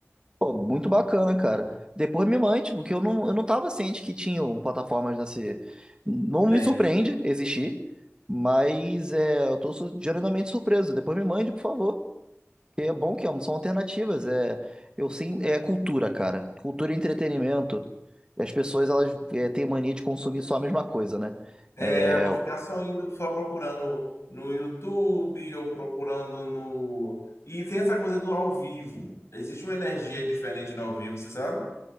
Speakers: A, on the right; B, on the left.
A: Pô, muito bacana, cara. Depois me mande, porque eu não, eu não tava ciente que tinham plataformas nesse. Não me
B: Tem.
A: surpreende existir, mas é, eu tô su- geralmente surpreso. Depois me mande, por favor. que é bom que é- são alternativas. É, eu sim, é cultura, cara. Cultura e entretenimento. E As pessoas, elas é, têm mania de consumir só a mesma coisa, né?
B: É,
A: É,
B: vou ficar só indo, só procurando no YouTube ou procurando no. E tem essa coisa do ao vivo. Existe uma energia diferente no ao vivo, você sabe?